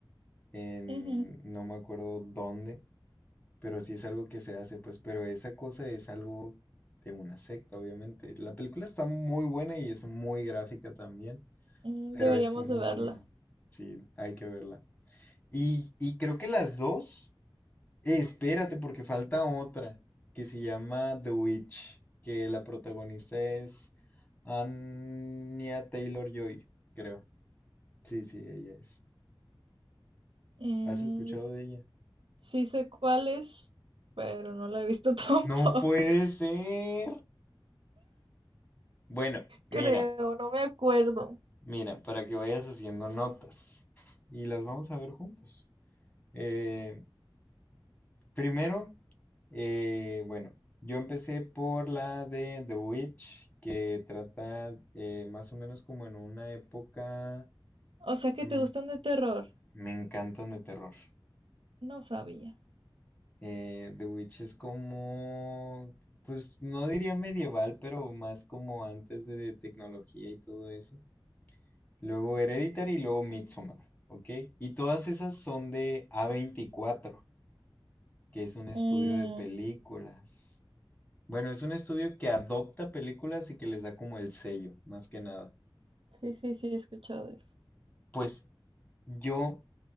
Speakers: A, on the left; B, on the right.
A: en
B: ujú.
A: no me acuerdo dónde, pero sí es algo que se hace, pues, pero esa cosa es algo de una secta, obviamente. La película está muy buena y es muy gráfica también,
B: Mm,
A: pero
B: Deberíamos
A: es muy
B: de verla.
A: bueno. Sí, hay que verla. Y, y creo que las dos Eh, espérate, porque falta otra que se llama The Witch, que la protagonista es Anya Taylor-Joy, creo. Sí, sí, ella es.
B: Mm,
A: ¿Has escuchado de ella?
B: sí sé cuál es, pero no la he visto <laughs> tampoco.
A: No puede ser. Bueno, mira,
B: Creo, no me acuerdo.
A: mira, para que vayas haciendo notas y las vamos a ver juntos. Eh, Primero, eh, bueno, yo empecé por la de The Witch, que trata eh, más o menos como en una época...
B: O sea que
A: mm,
B: te gustan de terror.
A: me encantan de terror.
B: No sabía.
A: Eh, The Witch es como, pues no diría medieval, pero más como antes de tecnología y todo eso. Luego Hereditary y luego Midsommar, ¿ok? Y todas esas son de A24, que es un estudio
B: Mm,
A: de películas. Bueno, es un estudio que adopta películas y que les da como el sello, más que nada.
B: sí, sí, sí, he escuchado eso.
A: Pues yo